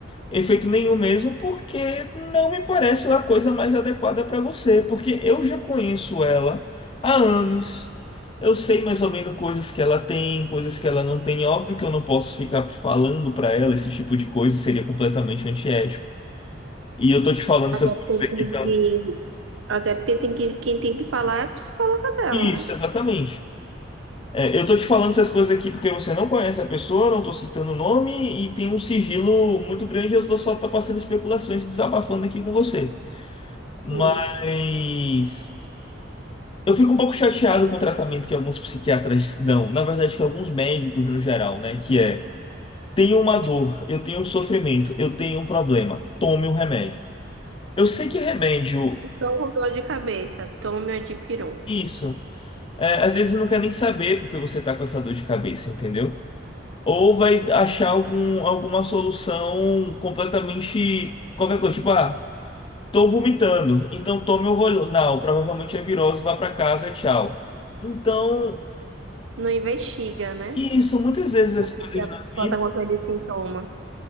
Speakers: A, on the left; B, on the right.
A: efeito nenhum mesmo, porque não me parece a coisa mais adequada pra você, porque eu já conheço ela há anos. Eu sei mais ou menos coisas que ela tem, coisas que ela não tem. Óbvio que eu não posso ficar falando pra ela esse tipo de coisa, seria completamente antiético. E eu tô te falando essas
B: Até
A: coisas aqui,
B: porque,
A: então.
B: até porque tem que, quem tem que falar é a psicóloga dela,
A: Isso,
B: né?
A: exatamente. É, eu tô te falando essas coisas aqui porque você não conhece a pessoa, não tô citando o nome e tem um sigilo muito grande. Eu tô só tô passando especulações, e desabafando aqui com você. Mas
B: Sim.
A: eu fico um pouco chateado com o tratamento que alguns psiquiatras dão, na verdade, que alguns médicos no geral, né? Que é: tenho uma dor, eu tenho um sofrimento, eu tenho um problema, tome um remédio. Eu sei que remédio,
B: Então, com dor de cabeça, tome a dipirona.
A: isso, é, às vezes não quer nem saber porque você tá com essa dor de cabeça, entendeu? Ou vai achar algum, alguma solução completamente qualquer coisa, tipo, ah, tô vomitando, então tome o Rolinal, provavelmente é virose, vá pra casa, tchau. Então,
B: Não investiga, né?
A: isso, muitas vezes as
B: Ou
A: coisas
B: porque a pessoa
A: na vida
B: está com aquele sintoma.